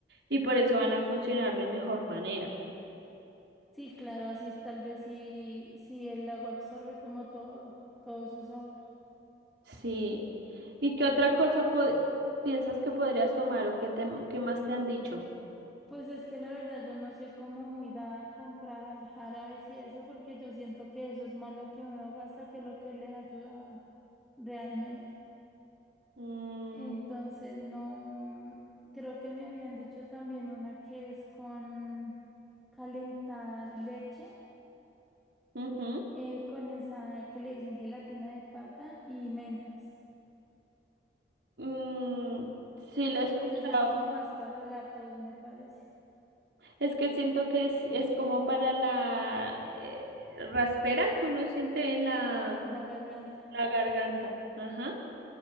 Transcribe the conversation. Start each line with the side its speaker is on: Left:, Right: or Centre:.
Right: Y por eso van a funcionar de mejor manera,
Centre: Sí, claro, así tal vez si, si el agua absorbe como todo, todo su sabor.
Right: sí. ¿Y qué otra cosa po- piensas que podrías tomar o qué, te, qué más te han dicho?
Centre: Pues es que la verdad yo no soy como muy dada a comprar jarabes y eso porque yo siento que eso es más lo que uno gasta que lo que le ayuda realmente.
Right: Mm,
Centre: Entonces no, mm, creo que me habían dicho también una que es con calentar leche
Right: ujú,
Centre: eh, con esa que le dicen gelatina de pata y mentas.
Right: mm,
Centre: Pero
Right: sí, lo
Centre: siento
Right: he escuchado.
Centre: que eso es como más para la tos, me parece,
Right: Es que siento que es, es como para la eh, raspera que uno siente en la,
Centre: en la garganta.
Right: la garganta. Ajá.